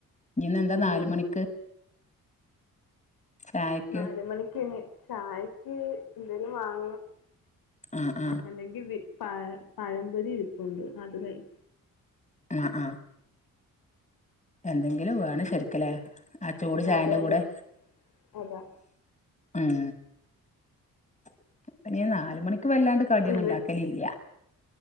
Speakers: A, on the left; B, on the left.
A: ഇന്നെന്താ
B: അതെ
A: നാല് മണിക്ക് ചായക്ക്
B: നാല് മണിക്ക് ഇനി ചായക്ക്‌ എന്തേലും വാങ്ങണം
A: ആഹ് ആഹ്
B: അല്ലെങ്കി വി പഴ പഴമ്പൊരി ഇരിപ്പുണ്ട് അത് കഴി
A: അ ആ എന്തെങ്കിലും വേണം ശരിക്ക്ലേ ആ ചൂട് ചായന്റെ
B: അതെ അതെ
A: കൂടെ
B: അതാ
A: ഉം <inaudible> ഐന് ഞാൻ നാല് മണിക്ക് വല്ലാണ്ട് കടിയൊന്നുണ്ടാക്കലില്യ
B: ഇവ